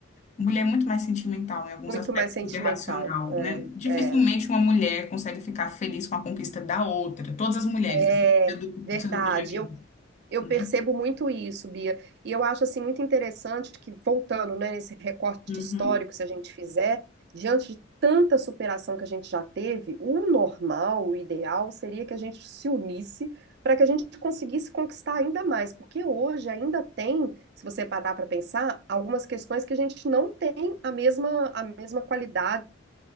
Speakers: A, on the left; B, on the right.
A: Mulher é muito mais sentimental em alguns
B: muito
A: aspectos
B: mais sentimental.
A: do que racional, né? Dificilmente
B: É,
A: uma mulher consegue ficar feliz com a conquista da outra. Todas as mulheres,
B: é,
A: assim,
B: é
A: do,
B: verdade.
A: do seu grupo de amigos,
B: Eu Eu
A: né?
B: percebo muito isso, Bia, e eu acho assim muito interessante que voltando, né, nesse recorte
A: Uhum.
B: histórico,
A: O
B: se a gente fizer, diante de tanta superação que a gente já teve, o normal, o ideal seria que a gente se unisse para que a gente conseguisse conquistar ainda mais, porque hoje ainda tem, se você parar para pensar, algumas questões que a gente não tem a mesma a mesma qualidade